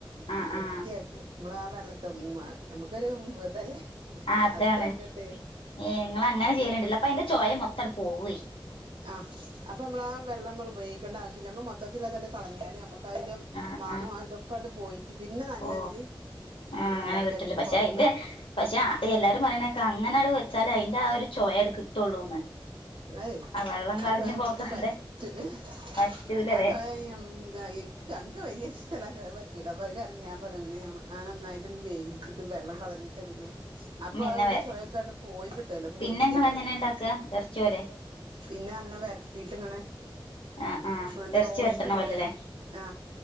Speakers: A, on the left (about 80°); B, on the right (about 70°).
A: ആഹ്
B: വൃത്തിയാക്കി....
A: ആഹ്
B: നമ്മള ആ വെള്ളത്തി നമുക്കൊരു ഇതല്ലേ
A: അതാണ്
B: അത്രൊക്കെ ഉണ്ട്.....
A: ഏ നിങ്ങള് അങ്ങനെ ചെയ്ലേണ്ടില്ല അപ്പൊ അയിന്റെ ചോയ മൊത്തംടു പോവേ.....
B: ആ അപ്പ നമ്മള ആ വെള്ളമ്മള് ഉപയോഗിക്കേണ്ട ആവശ്യമില്ല മ്മള് മൊത്തത്തിൽഅതെടുത്തു കളഞ്ഞേനെ.... അതിന്റെ
A: ആഹ്
B: മണ
A: ആഹ്
B: തൊക്കെയവിടുന്ന് പോയിറ്റ്പിന്നെ നല്ലതില....
A: ഓ ആ
B: നമ്മള
A: അങ്ങനെ
B: ഉണ്ടാക്കിയാ
A: കിട്ടില്ല
B: പിന്നെ
A: പക്ഷെ
B: കൊഴപ്പ്.....
A: അയിന്റെ പക്ഷെ എല്ലാരും പറയണേക്കെ അങ്ങനെ അവി വെച്ചാല് അതിന്റെ ആ ഒരു ചോയടു കിട്ടുള്ളൂന്ന്....
B: വയ്
A: വെള്ളം
B: ആ
A: കളഞ്ഞു
B: ചൊയ
A: പോക്കാതെ
B: മ്മക്ക് പറ്റും
A: പറ്റൂലല്ലേ
B: ആ ചൊയ ഈ മ്മക്ക് വലിയ ഇഷ്ടത്തി ചോ പറ്റൂല അപ്പൊ കാരണം ഞാൻ പറയ... ആൻ നന്നായിട്ട് വേവി..... ച്ചിട്ട് വെള്ളം കളഞ്ഞിട്ട് പിന്നെ അപ്പൊ
A: പിന്നെ
B: അവന്റെ
A: വ
B: ചുവയൊക്കൊയിട്ട് പോയി കിട്ടുവല്ലോ അപ്പൊ
A: പിന്നെ
B: വൃത്തിയ
A: ഇങ്ങള്
B: ഉണ്ടാവും.
A: എങ്ങനെ ഇണ്ടാക്ക.. ക്കുലെ
B: പിന്നെ <unintelligible> വരട്ടി റ്റ്ഇങ്ങനെ....
A: ആ ആ
B: നല്ല
A: ഇറച്ചി
B: റോസ്റ്റ്
A: വരട്ടണ
B: പോലെ
A: പോലല്ലേ
B: ആ.....